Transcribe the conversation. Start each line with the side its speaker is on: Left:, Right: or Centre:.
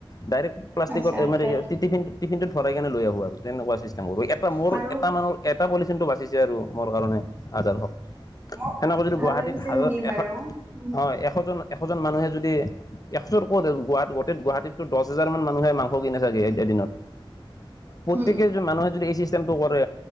Left: ডাইৰেক্ট। প্লাষ্টিকত
Right: আচ্ছা আচ্ছা
Left: মানে টিফিন টফিনটোতৰাই কেনে লৈ আহো আৰু তেনেকুৱা চিষ্টেম আৰু এটা মোৰ
Right: বাৰু
Left: এটা মানৰ। এটা পলিঠিনটো বাচিছে আৰু মোৰ কাৰণে আদাৰ হওঁক।
Right: মোক
Left: সেনেকুৱা যদি
Right: ভাল
Left: গুৱাহাটীত
Right: লাগিছে
Left: হাজাৰ
Right: শুনি বাৰু
Left: এশ
Right: উম
Left: হয় এশজন এশজন মানুহে যদি। একশৰ ক'ত গুৱাহাট গোটেই গুৱাহাটীতো দহ হাজাৰ মান মানুহে মাংস কিনে চাগে এদিনত। প্ৰত্যেকে
Right: উম
Left: যে মানুহে যদি এচি চি। চেমটো কৰে